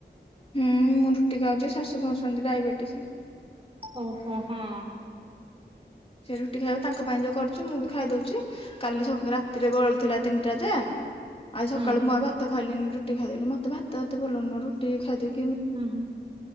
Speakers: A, on the left; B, on the right.
A: ହୁଁ, ମୁଁ ରୁଟି ଖାଉଛି। ଶାଶୁ ଖାଉଛନ୍ତି ଡାଇବେଟିସ
B: ଓହୋ, ହଁ!
A: ସେ ରୁଟି ଖାଇବେ ତାଙ୍କ ପାଇଁ ଯଉ କରୁଛି ମୁଁ ବି ଖାଇଦଉଛି। କାଲି ଶ ରାତିରେ ବଳିଥିଲା ତିନିଟା ଯେ ଆଜି ସକାଳୁ
B: ହୁଁ
A: ମୁଁ ଆଉ ଭାତ ଖାଇଲିନି ରୁଟି ଖାଇଦେଲି ମତେ ଭାତ ଏତେ ଭଲ ନୁହଁ ରୁଟି ଖାଇଦବି।
B: ହୁଁ ହୁଁ।